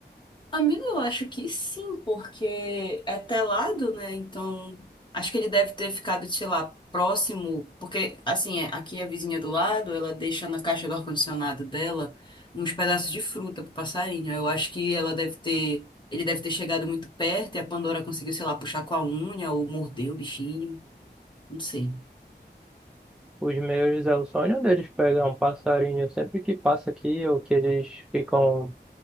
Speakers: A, on the left (about 25°); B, in the centre.
A: Amigo, eu acho que sim, porque é telado, né? Então, acho que ele deve ter ficado, sei lá, próximo, porque, assim, é, aqui é a vizinha do lado, ela deixa na caixa do ar-condicionado dela uns pedaços de fruta pro passarinho. Eu acho que ela deve ter, ele deve ter chegado muito perto e a Pandora conseguiu, sei lá, puxar com a unha ou morder o bichinho, não sei.
B: Os meus é o sonho deles pegar um passarinho sempre que passa aqui, ou que eles ficam